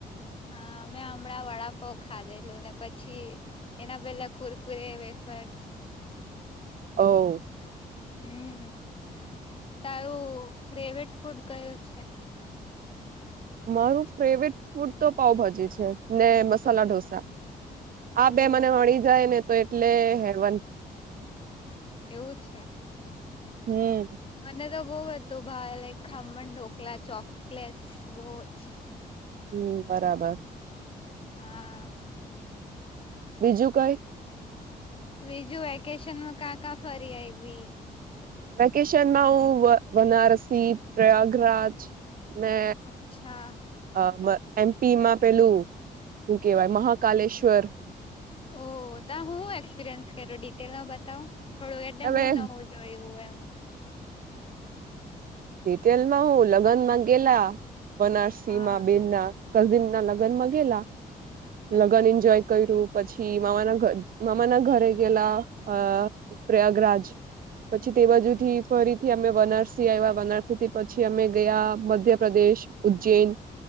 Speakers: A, on the left (about 35°); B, on the right (about 65°).
A: હા મે હમણાં વડાપાઉ ખાધેલું ને પછી. એના પેલા કુરકુરે, વેફર્સ.
B: ઓ
A: હમ્મ તારું ફ્રેવેટ ફૂડ કયું છે?
B: મારું ફ્રેવેટ ફૂડ તો પાઉભાજી છે ને મસાલા ઢોસા.
A: ઓહ
B: આ બે મને વી જાય ને તો એટલે હેવન.
A: એવું છે.
B: હમ્મ
A: મને તો બહુ બધું ભાવ લાઈક ખમણ, ઢોકલા, ચોકલેટ બઉજ
B: હમ્મ બરાબર
A: હા
B: બીજું કઈ.
A: બીજું વેકેશનમાં કા કા ફરી આઈવી.
B: વેકેશનમાં હું વ-વનારસી, પ્રયાગરાજ ને
A: અચ્છા
B: અ એમપી માં પેલું શું કેવાય મહાકાલેશ્વર
A: ઓ તા હું એક્સપિરિયન્સ કર્યો ડિટેલમાં બતાવ થોડું એટલે
B: હવે
A: હું ન હોઉ? જોયું એમ.
B: ડિટેલમાં હું લગ્નમાં ગેલા બનારસી
A: હા
B: માં બીરના. કઝીન ના લગ્ન માં ગેલા
A: અચ્છા
B: લગન એન્જોય- કર્યું પછી મામાના ઘ-મામા ના ઘરે ગયેલા અ પ્રયાગરાજ પછી તે બાજુ થી ફરીથી અમે વનારસી આઈવા- બનારસીથી પછી અમે ગયા મધ્યપ્રદેશ, ઉજ્જૈન